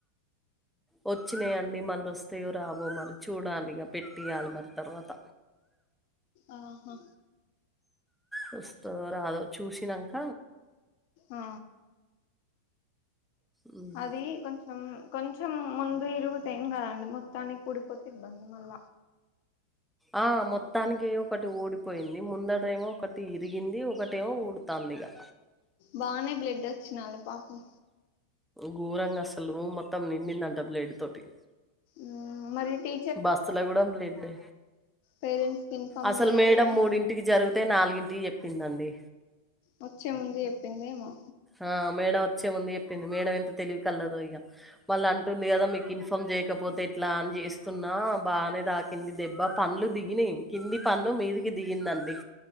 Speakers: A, in the centre; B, on the left (about 45°).
A: వచ్చినయిఅండి మళ్ళ వస్తేయో రావో మరి చూడాలిగా పెట్టియాలి మరి ఇగ తర్వాత
B: ఆహా
A: వస్తదొ రాదో చూసినాంక
B: ఆ
A: హ్మ్.
B: అది కొంచాం అవును కొంచెం ముందు ఇరుగుతే ఏం కదండి మొత్తానికి ఉడిపోతే ఇబ్బంది మళ్ళ
A: ఆ మొత్తానికి ఒకటి ఊడి పోయింది ముందటది ఏమో ఒకటి ఇరిగింది ఒకటేమో ఊడతాంది ఇగా
B: బానే బ్లడ్ వచ్చినాల పాపం
A: ఘోరంగా అసలు రూమ్ మొత్తం నిండిందంట బ్లడ్ తోటి
B: ఆ మరి టీ
A: బస్తల కూడా బ్లడ్డే
B: పేరెంట్స్ కి ఇన్ఫార్మ్
A: అసలు
B: చేయాలి
A: మేడం
B: కదా
A: మూడింటికి జరిగితే నాలుగింటికి చెప్పిందండి
B: వచ్చే ముందు చెప్పిందేమో
A: ఆ మేడమ్ వచ్చే ముందు చెప్పింది మేడం ఎంత తెలివికల్లదో ఇంకా మళ్ళ అంటుంది కదా మీకు ఇన్ఫామ్ చేయకపోతే ఎట్లా అని చేస్తున్నా బాగనే దా కింది దెబ్బ పండ్లు దిగినయి కింది పన్ను మీదికి దిగిందండి